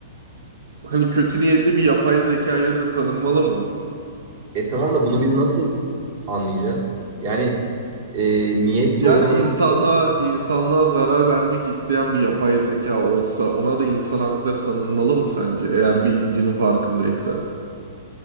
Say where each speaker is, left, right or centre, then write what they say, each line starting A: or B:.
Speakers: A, on the right (about 80°); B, on the right (about 55°).
A: Hani kötü niyetli bir yapay zekaya da tanınmalı mı?
B: E tamam da bunu biz nasıl anlayacağız? Yani e, niyet sorgulaması
A: Yani insanlığa, insanlığa zarar vermek isteyen bir yapay zeka olsa ona da insan hakları tanınmalı mı sence? Eğer bilincinin farkındaysa.